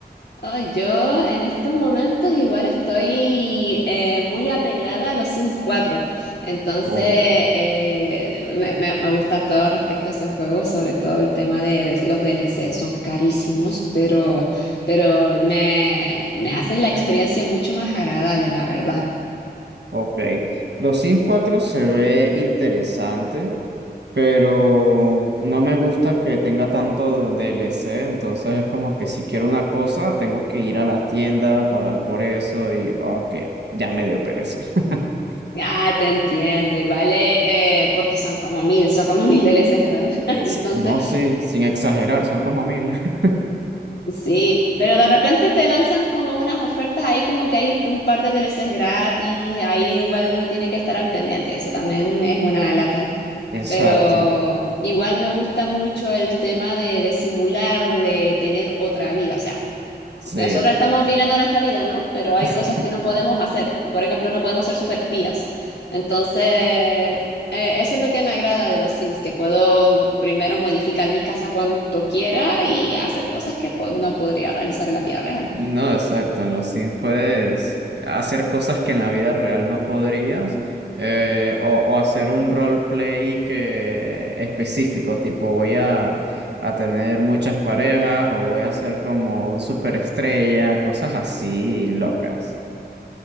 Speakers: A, on the left; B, on the right.
A: Ay, yo en estos momentos igual estoy eh, muy apegada a los Sims cuatro, entonces
B: Oh.
A: eh, me, me- me gusta todo respecto a esos juegos, sobre todo el tema de, de los DLC, son carísimos, pero, pero me, me hacen la experiencia mucho más agradable, la verdad.
B: Ok, los Sims 4 se ve interesante, pero no me gusta que tenga tanto DLC, entonces es como que si quiero una cosa, tengo que ir a la tienda, pagar por eso y, ok, ya me dio pereza. <laughs>
A: Ah, te entiendo, igual eh, eh, porque son como mil, son como mil DLCs, la verdad. <laughs>
B: Eh, sí,
A: Entonces...
B: no, sí, sin exagerar, son como mil. <laughs>
A: Sí, pero de repente te lanzan como unas ofertas ahí, como que hay un par de DLCs gratis, ahí igual uno tiene que estar al pendiente, eso también es una lata.
B: Exacto,
A: Pero igual me gusta mucho el tema de, de simular, de tener otra vida, o sea.
B: sí.
A: Nosotros estamos viviendo nuestra vida, ¿no? Pero hay
B: <laughs>
A: cosas que no podemos hacer. Por ejemplo, no podemos ser superespías. Entonces, eh, eso es lo que me agrada de los Sims, que puedo primero modificar mi casa cuanto quiera y hacer cosas que pues, no podría realizar en la vida real.
B: No, exacto. En los Sims puedes hacer cosas que en la vida real no podrías, eh, o, o hacer un roleplay que específico, tipo voy a, a tener muchas parejas o voy a ser como un superestrella, cosas así locas.